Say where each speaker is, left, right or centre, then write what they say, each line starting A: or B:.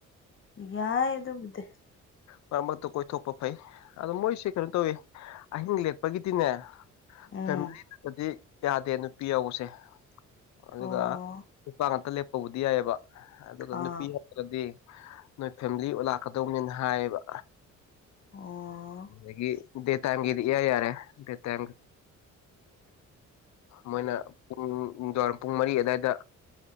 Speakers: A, on the left; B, on the left.
A: ꯌꯥꯏ ꯏ ꯑꯗꯨꯕꯨꯗꯦ
B: ꯃꯔꯛ ꯃꯔꯛꯇ ꯀꯣꯏꯊꯣꯛꯄ ꯐꯩ ꯑꯗꯣ ꯃꯣꯏꯁꯦ ꯀꯩꯅꯣ ꯇꯧꯋꯤ ꯑꯍꯤꯡ ꯂꯦꯛꯄꯒꯤꯗꯤꯅꯦ
A: ꯎꯝ
B: ꯐꯦꯃꯤꯂꯤꯠꯇꯗꯤ ꯌꯥꯗꯦ ꯅꯨꯄꯤ ꯌꯧꯕꯁꯦ ꯑꯗꯨꯒ
A: ꯑꯣ
B: ꯅꯨꯄꯥ ꯉꯥꯛꯇ ꯂꯦꯞꯄꯕꯨꯗꯤ ꯌꯥꯏꯑꯕ ꯑꯗꯨꯒ
A: ꯑꯥ
B: ꯅꯨꯄꯤ ꯍꯥꯏꯔꯒꯗꯤ ꯅꯣꯏ ꯐꯦꯃꯤꯂꯤ ꯂꯥꯛꯀꯗꯧꯅꯦꯅ ꯍꯥꯏꯌꯦꯕ
A: ꯑꯣ
B: ꯑꯗꯒꯤ ꯗ ꯇꯥꯏꯝꯒꯤꯗꯤ ꯏ ꯌꯥꯔꯦ ꯗ ꯇ ꯃꯣꯏꯅ ꯄꯨꯡꯋꯥꯝ ꯄꯨꯡ ꯃꯔꯤ ꯑꯗꯨꯋꯥꯏꯗ